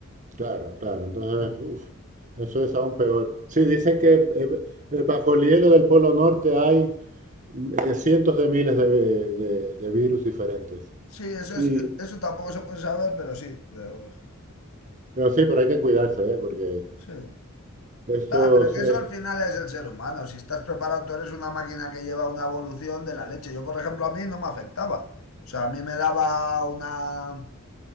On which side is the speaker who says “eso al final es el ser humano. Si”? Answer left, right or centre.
Left